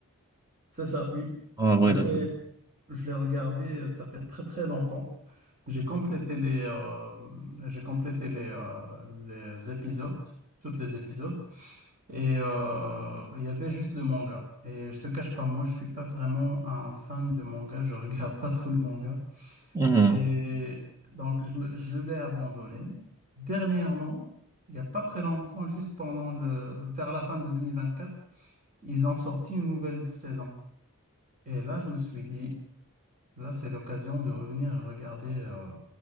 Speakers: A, on the right; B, on the right.
A: C'est ça, oui.
B: Ah
A: En
B: ouais,
A: effet,
B: d'accord.
A: je l'ai regardé, euh, ça fait très très longtemps. J'ai complété les, euh, j'ai complété les, euh, les épisodes, tous les épisodes, et euh, il y avait juste le manga. Et je te cache pas, moi, je suis pas vraiment un fan de manga, je regarde <laughs> pas trop le manga.
B: Mhm.
A: Et donc, je, me- je l'ai abandonné. Dernièrement, il y a pas très longtemps, juste pendant le, vers la fin de deux mille vingt-quatre. ils ont sorti une nouvelle saison. Et là, je me suis dit, là, c'est l'occasion de revenir et regarder, euh,